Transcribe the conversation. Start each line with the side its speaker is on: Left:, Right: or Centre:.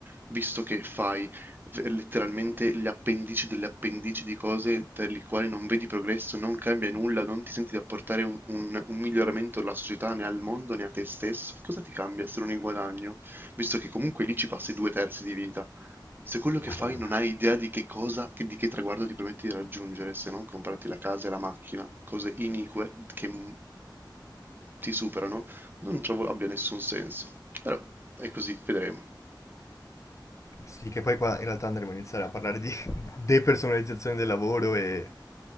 Right: visto che fai v- letteralmente gli appendici delle appendici di cose per le quali non vedi progresso, non cambia nulla, non ti senti di apportare un, un- un miglioramento alla società, né al mondo, né a te stesso? Cosa ti cambia se non il guadagno, visto che comunque lì ci passi due terzi di vita? Se
Left: <laughs>
Right: quello che
Left: Madonna.
Right: fai non hai idea di che cosa, che- di che traguardo ti permetti di raggiungere, se non comprarti la casa e la macchina, cose inique che mm, ti superano, non trovo abbia nessun senso. Però è così, vedremo.
Left: Sì, che poi qua in realtà andremo a iniziare a parlare di <laughs> depersonalizzazione del lavoro e